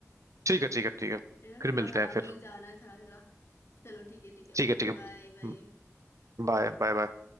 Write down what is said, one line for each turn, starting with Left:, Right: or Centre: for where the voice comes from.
Right: ठीक है ठीक है ठीक है
Left: है ना
Right: फिर
Left: थोड़ा
Right: मिलते
Left: हाँ
Right: हैं
Left: मुझे
Right: फिर
Left: जाना है थोड़ा थोड़ा चलो ठीक है ठीक है
Right: ठीक
Left: ओके
Right: है ठीक है
Left: बाय बाय
Right: Bye bye bye